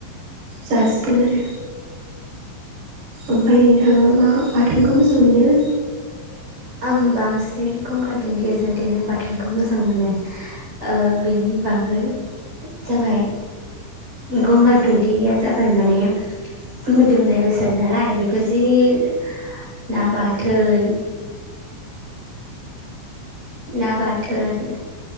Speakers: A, on the right; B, on the right.
A: जासिगोन आरो ओमफाय नोंथाङा मा बाथोनखौ मोजां मोनो।
B: आं बांसिन। गंगार दुन्दियाजों देनाय बाथोनखौ मोजां मोनो ओ बेनि बागै। जाबाय। गंगार दुदिया जाबाय माने मोदोमनाय बेसाद नालाय बे ना बाथोन ना बाथोन